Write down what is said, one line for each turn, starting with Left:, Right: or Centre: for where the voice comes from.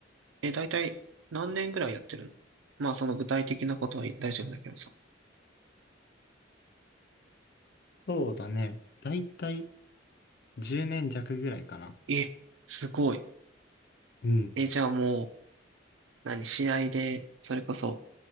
Right: え、だいたい何年ぐらいやってるのまあ、その具体的なことは大丈夫だけどさ。
Left: そうだね。だいたい10年弱ぐらいかな。
Right: え、すごい。
Left: うん。
Right: え、じゃあもう、何、試合で、それこそ、